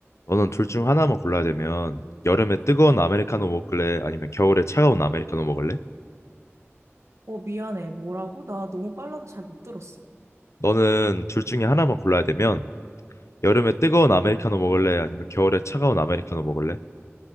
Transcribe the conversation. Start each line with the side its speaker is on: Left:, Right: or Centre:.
Left: 너는 둘 중 하나만 골라야 되면 여름에 뜨거운 아메리카노 먹을래? 아니면 겨울에 차가운 아메리카노 먹을래?
Right: 어, 미안해. 뭐라고? 나 너무 빨라서 잘 못 들었어.
Left: 너는 둘 중에 하나만 골라야 되면 여름에 뜨거운 아메리카노 먹을래? 아니면 겨울에 차가운 아메리카노 먹을래?